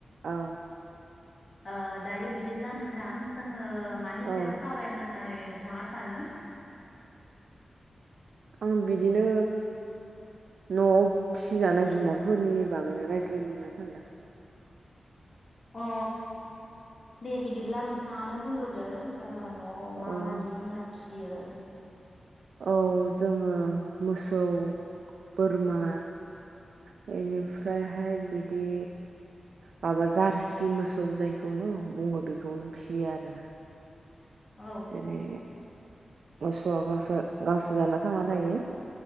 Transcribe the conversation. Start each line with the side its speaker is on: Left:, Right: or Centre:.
Right: औ
Left: ओ दायो बिदिब्ला नोंथां जोङो मानि सायाव
Right: औ
Left: सावरायनो होननानै थाङा सानो
Right: आं बिदिनो नआव फिसिजानाय जुनारफोरनि बागैनो रायज्लायनो होनना सानदों
Left: अ दे बिदिब्ला नोंथाङानो बुंग्रोदो जा नआव मा
Right: औ
Left: मा जिब जुनार फिसि यो
Right: औ जोङो मोसौ बोरमा बेनिफ्रायहाय बिदि माबा जारसि मोसौ जायखौ बुङो बेखौनो फिसियो आरो
Left: औ
Right: जेरै मोसौआ गांसो गांसो जाना थांना थायो